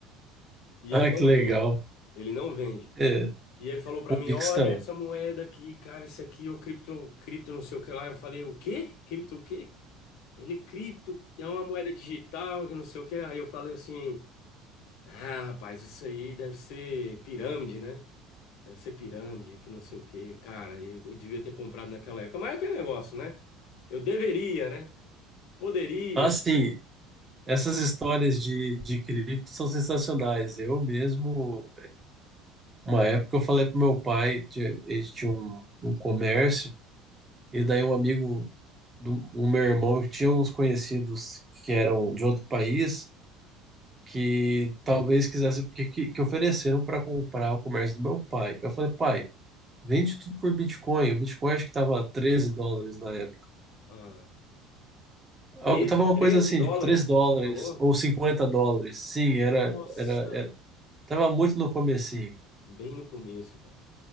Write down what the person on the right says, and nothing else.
Ah,
que legal.
É,
convicção.
Assim, essas histórias de, de cripto são sensacionais. Eu mesmo, uma época eu falei pro meu pai, tinha- ele tinha um, um comércio, e daí um amigo do, o meu irmão tinha uns conhecidos que eram de outro país que talvez quisessem, que, que, que ofereceram para comprar o comércio do meu pai. Eu falei, pai, vende tudo por Bitcoin. O Bitcoin acho que estava 13 dólares na época.
Algo,
tava uma
coisa assim,
tipo 13 dólares
ou 50 dólares. Sim, era,
era, era, tava muito no começo